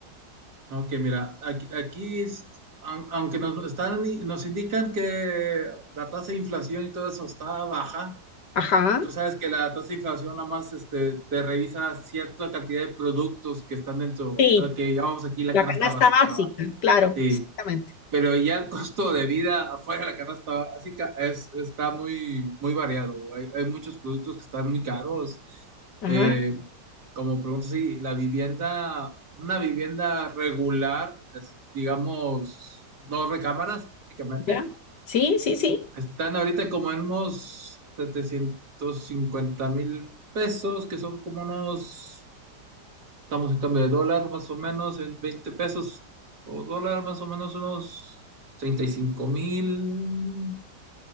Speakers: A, on the right (about 60°); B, on the left (about 70°).
A: Aunque mira, aquí, aquí es- aun- aunque nos están, nos indican que la tasa de inflación y todo eso está baja,
B: Ajá.
A: tú sabes que la tasa de inflación nada más este, te revisa cierta cantidad de productos que están dentro,
B: Sí,
A: a lo que llamamos aquí la
B: la
A: canasta
B: canasta
A: básica.
B: básica,
A: ¿va?
B: claro,
A: Sí.
B: exactamente.
A: pero ya el costo de vida afuera de la canasta, así que es, está muy, muy variado. Hay, hay muchos productos que están muy caros.
B: Ah,
A: Eh, como pregunto, sí, la vivienda, una vivienda regular, es, digamos, dos recámaras prácticamente,
B: ya. Sí, sí, sí.
A: están ahorita como en unos setecientos cincuenta mil pesos, que son como unos Estamos en cambio de dólar, más o menos, en 20 pesos por dólar, más o menos unos 35 mil,